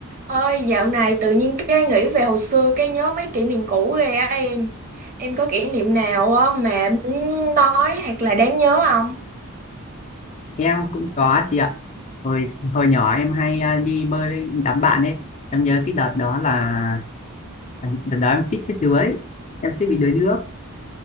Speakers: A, on the right; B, on the left.
A: Ôi, dạo này tự nhiên cái nghĩ về hồi xưa cái nhớ mấy kỷ niệm cũ ghê á em. Em có kỷ niệm nào á mà muốn nói hoặc là đáng nhớ không?
B: Em cũng có chị ạ. Hồi hồi nhỏ em hay à, đi bơi với đám bạn ấy. Em nhớ cái đợt đó là à, đợt đó em suýt chết đuối. Em suýt bị đuối nước.